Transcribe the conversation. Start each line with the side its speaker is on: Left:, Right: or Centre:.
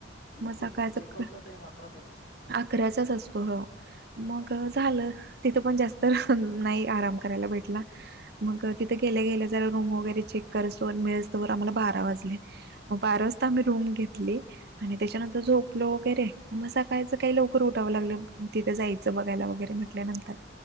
Left: नाही
Right: मग
Left: तेच
Right: सकाळचं
Left: चेकआउटचा टाइम अकराचाच असतो ना
Right: अकराचाच असतो हो मग झालं तिथं पण जास्त नाही आराम करायला भेटला मग तिथं गेल्या गेल्या जरा रूम वगैरे चेक करूसतवर मिळूसतोवर आम्हाला बारा वाजले म बारा वाजता आम्ही रूम घेतली आणि तेच्यानंतर झोपलो वगैरे मग सकाळयचं काय लवकर उठावं लागलं तिथे जायचं जायच बघायला वगैरे म्हटल्यानंतर